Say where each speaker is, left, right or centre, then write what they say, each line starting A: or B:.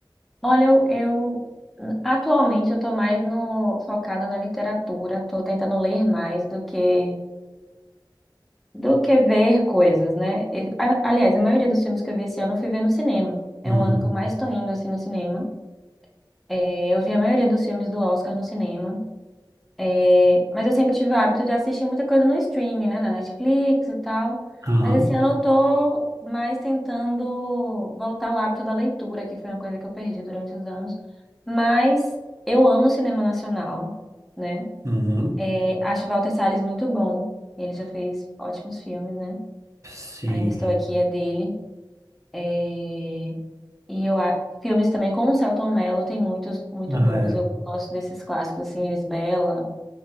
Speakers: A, in the centre; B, on the right.
A: Olha, eu, eu- atualmente eu tô mais no focada na literatura, tô tentando ler mais do que do que ver coisas, né? E, a- aliás, a maioria dos filmes que eu vi esse ano eu fui ver no cinema. É
B: Uhum.
A: um ano que eu mais tô indo assim no cinema. É, eu vi a maioria dos filmes do Oscar no cinema. É, mas eu sempre tive o hábito de assistir muita coisa no streaming, né? Na Netflix e tal.
B: Aham.
A: Mas esse ano eu tô mais tentando voltar ao hábito da leitura, que foi uma coisa que eu perdi durante os anos. Mas eu amo cinema nacional, né?
B: Uhum.
A: É, acho Walter Salles muito bom. Ele já fez ótimos filmes, né?
B: Sim.
A: Ainda Estou Aqui é dele. É, e eu a- filmes também com o Selton Mello tem muitos muito
B: Ah,
A: bons.
B: é.
A: Eu gosto desses clássicos assim, Lisbela.